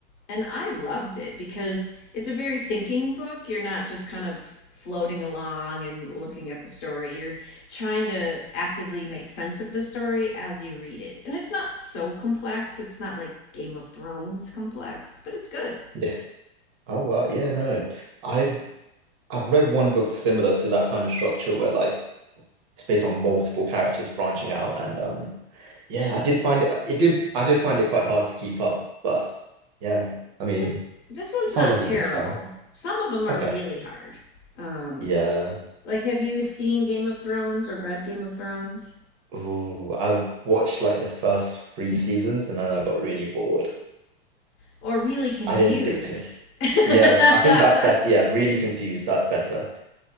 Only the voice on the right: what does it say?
Yeah. Oh wow, yeah, no. I've I've read one book similar to that kind of structure where like it's based on multiple characters branching out and um yeah I did find it it did I did find it quite hard to keep up but yeah I mean
sounds
like
a good start
okay
yeah
Ooh, I've watched like the first three seasons and then I got really bored
I didn't stick to it
yeah I think that's better yeah really confused that's better